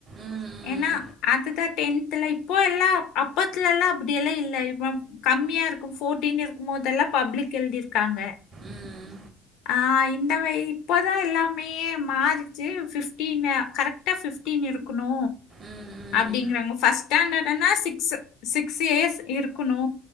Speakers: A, on the right; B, on the left.
A: ம், ம்.
B: ஏனா அது தா டென் த்ல இப்போ எல்லா அப்பத்துல எல்லா அப்டியெல்லா இல்ல இ கம்மியா இருக்கு போர்டீன் இருக்கும்போதெல்லா பப்ளிக் எழ்திருக்காங்க
A: ம்,
B: ஆ இந்த வய் இப்போதா எல்லாமே மாறிச்சு பிப்டீன்னு கரெக்டா பிப்டீனு இருக்கணு
A: ம்.
B: அப்டிங்கறாங்க ஃபஸ்ட் ஸ்டாண்டர்டனா சிக்ஸ் சிக்ஸ் ஏயஸ் இருக்கணு